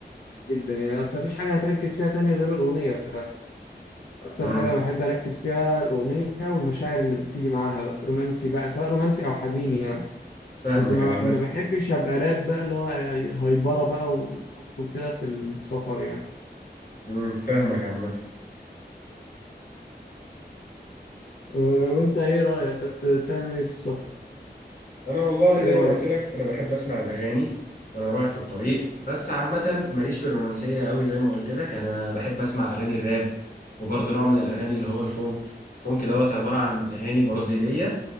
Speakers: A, on the left (about 75°); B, on the left (about 55°).
A: جدا يعني اصل مفيش حاجة هتركز فيها تانية غير الأغنية اكتر
B: مم.
A: حاجة بحب اركز فيها الأغنية والمشاعر اللي بتيجي معاها بقى رومانسي بقى سواء رومانسي او حزين يعني
B: فاهمك
A: بس ما,
B: عامة
A: ب... ما بحبش ابقى راب بقى اللي هو هايبرة بقى وخبط وكده في السفر يعني
B: مم. فاهمك عامة
A: أه، وانت ايه رأيك انت بت- بتعمل ايه في السفر
B: انا والله
A: ايه
B: زي
A: رأيك
B: ما قلت لك انا بحب اسمع الاغاني وانا رايح في الطريق بس عامه ماليش في الرومانسيه قوي زي ما قلت لك انا بحب اسمع اغاني الراب وبرضه نوع من الاغاني اللي هو الفونك الفونك دوت عباره عن اغاني برازيليه